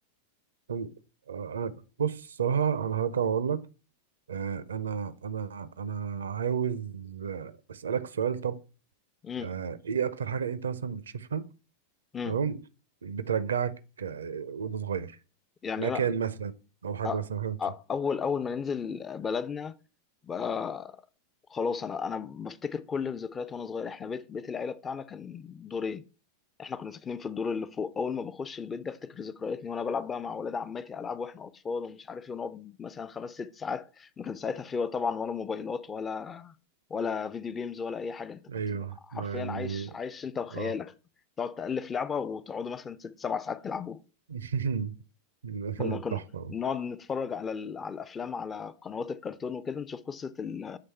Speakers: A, on the right; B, on the left.
A: آه، آه، بص صراحة انا هرجع واقول لك آه، انا انا انا عاوز آه، اسألك سؤال طب
B: امم
A: آه، ايه اكتر حاجة انت مثلا بتشوفها
B: امم
A: تمام بترجعك آه، وانت صغير
B: يعني
A: مكان
B: انا
A: مثلا او حاجه
B: أ-
A: مثلا حاجة- بت-
B: أ- اول اول ما ننزل بلدنا بقى خلاص انا انا بفتكر كل الذكريات وانا صغير احنا بيت بيت العيلة بتاعنا كان دورين احنا كنا ساكنين في الدور اللي فوق اول ما بخش البيت ده افتكر ذكرياتي وانا بلعب بقى مع ولاد عماتي العاب واحنا اطفال ومش عارف ايه ونقعد مثلا خمس ست ساعات ما كان ساعتها في طبعا ولا موبايلات ولا ولا فيديو جيمز ولا اي حاجه انت كنت
A: ايوه
B: بقى حرفيا
A: مع ال
B: عايش عايش انت وخيالك
A: اه
B: تقعد تالف لعبه وتقعدوا مثلا ست سبع ساعات تلعبوها
A: <laughs>
B: كنا كنا
A: تحفه
B: نقعد نتفرج على ال... على الافلام على قنوات الكرتون وكده نشوف قصه ال...